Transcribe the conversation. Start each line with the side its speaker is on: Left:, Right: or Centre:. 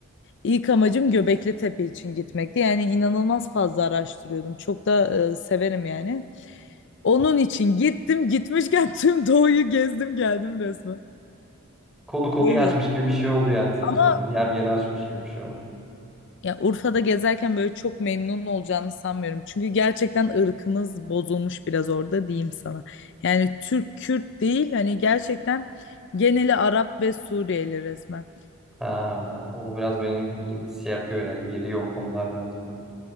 Left: ilk amacım Göbekli Tepe için gitmekti. Yani inanılmaz fazla araştırıyordum. Çok da e, severim yani. Onun için gittim. Gitmişken tüm doğuyu gezdim geldim resmen.
Centre: Konu konuyu
Left: Öyle
Centre: açmış
Left: oldu.
Centre: gibi bir şey oldu yani senin
Left: Ama
Centre: için. orada. Yer yeri açmış gibi bir şey oldu.
Left: Ya Urfa'da gezerken böyle çok memnun olacağını sanmıyorum. Çünkü gerçekten ırkımız bozulmuş biraz orada diyeyim sana. Yani Türk Kürt değil hani gerçekten geneli Arap ve Suriyeli resmen.
Centre: Ha, o biraz beni gi- şey yapıyor ya. Geriyor o konular biraz beni.